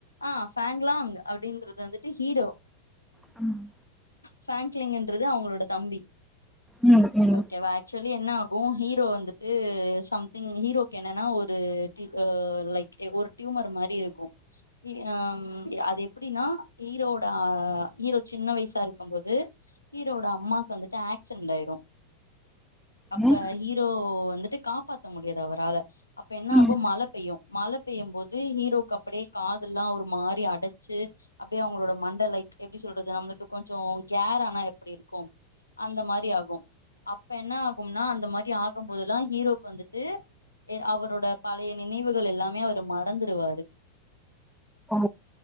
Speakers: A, on the left (about 85°); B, in the centre.
A: ஆ ஃபேங்க்லாங் அப்பிடின்றது வந்துட்டு ஹீரோ
B: ஆ ம்
A: ஃபேங்கிலிங்ன்றது அவங்களோட தம்பி
B: ம் ஓகே ம்
A: ஓகேவா ஆக்சுலி என்ன ஆகு ஹீரோ வந்துட்டு சம் திங் ஹீரோக்கு என்னன்னா ஒரு டி ஆ லைக் டியுமர் மாரி இருக்கு இ ஏம் அது எப்பிடினா ஹீரோவோட ஆ ஹீரோ சின்ன வயசா இருக்கு போது ஹீரோவோட அம்மாக்கு வந்துட்டு ஆக்சிரன்ட் ஆயிரு அப்ப
B: ம்
A: ஹீரோ வந்துட்டு காப்பாத் த்த முடியாது அவரால அப்ப என்ன
B: ம்
A: ஆகு மழ பெய்யு மழ பெய்ய போது ஹீரோக்கு அப்பிடியே காது எல்லா ஒரு மாரி அடச்சி அப்பிடியே அவங்களோட மண்டா லைக் எப்பிடி சொல்லறது நம்லுக்கு கொஞ்சோ கேரானா எப்பிடி இருக்கு அந்த மாரி ஆகு அப்ப என்ன ஆகும்னா அந்த மாரி ஆகம் போதல்லா ஹீரோக்கு வந்து து அவரோட பழைய நினைவுகள் எல்லாமே அவரு மறந்துருவாரு
B: ஓ